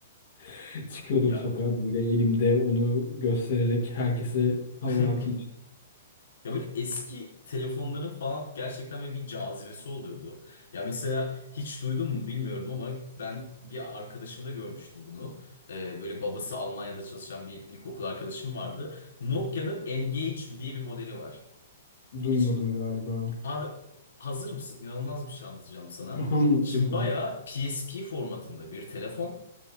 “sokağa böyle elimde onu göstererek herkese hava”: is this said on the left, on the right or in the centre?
Left